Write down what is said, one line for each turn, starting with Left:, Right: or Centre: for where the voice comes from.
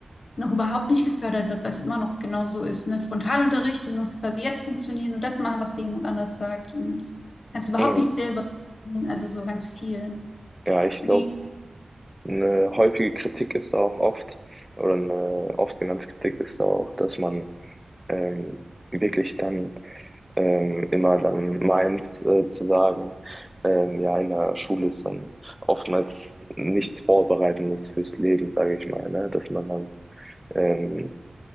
Left: noch überhaupt nicht gefördert wird, weil es immer noch genau so ist, ne? Frontalunterricht, du musst quasi jetzt funktionieren und das machen, was dir jemand anders sagt und kannst überhaupt
Centre: Mhm.
Left: nicht selber, <laughs> also so ganz viel.
Centre: Ja, ich
Left: Wie,
Centre: glaube. Eine häufige Kritik ist auch oft, oder eine oft genannte Kritik ist auch, dass man ähm, wirklich dann ähm, immer dann meint äh, zu sagen, ähm, ja, in der Schule ist dann oftmals nichts Vorbereitendes fürs Leben, sage ich mal, ne? Dass man dann ähm,